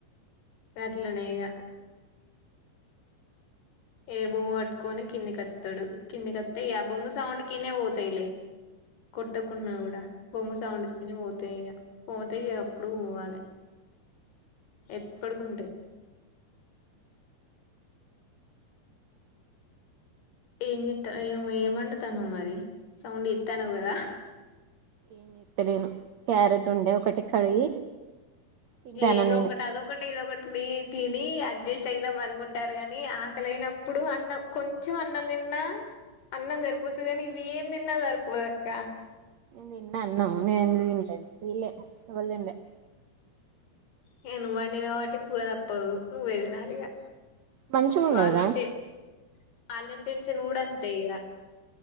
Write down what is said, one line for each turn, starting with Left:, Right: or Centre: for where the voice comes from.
Left: గట్లనే ఇగ ఏ బొమ్మ పట్టుకొని కిందికోత్తాడు కిందికిత్తాయి ఆ బొమ్మ సౌండ్ కినే పోతాయిలే కొట్టకున్నా కూడా బొమ్మ సౌండ్ కినే పోతాయి పోతాయి అప్పుడు పోవాలి ఎప్పటికింటాయి ఏం ఏం ఏమ వండుతాను మరి సౌండ్ ఎత్తాను కదా
Right: ఏం చెత్తలేను క్యారెట్ ఉండే ఒకటి కడిగి తింటాన
Left: ఏదో
Right: నేను
Left: ఒకటి అద ఒకటి ఇద ఒకటి న తిని అడ్జస్ట్ అయిదాం అనుకుంటారు కాని ఆకలిైనప్పుడు అన్నం కొంచెం అన్నం తిన్నా అన్నం సరిపోతది కానీ ఇవి ఏం తిన్నా సరిపోదు అక్క
Right: నేను తిన్న అన్నం నేను ఎందుకు తినలేదు వీళ్ళే ఎవల్ తినలే
Left: న నువ్ వండినవ్ కబాటి కూర తప్పదు నువే తినాలిగా
Right: మంచిగా ఉండేదా
Left: వాలెంటైన్ వాలెంటైన్షన్ కూడా అంతే ఇగా